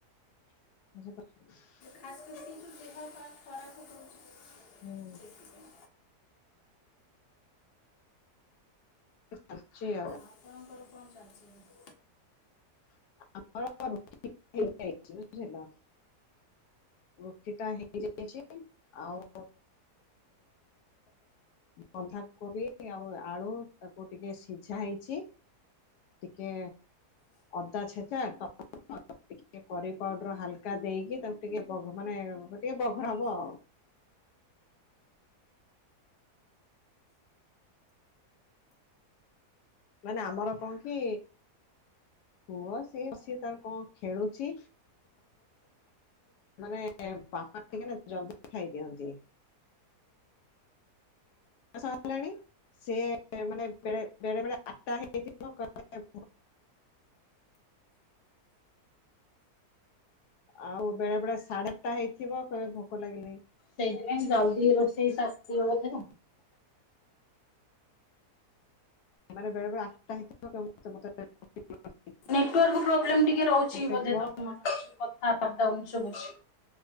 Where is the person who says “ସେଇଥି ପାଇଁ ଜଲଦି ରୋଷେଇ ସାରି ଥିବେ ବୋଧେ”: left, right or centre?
Left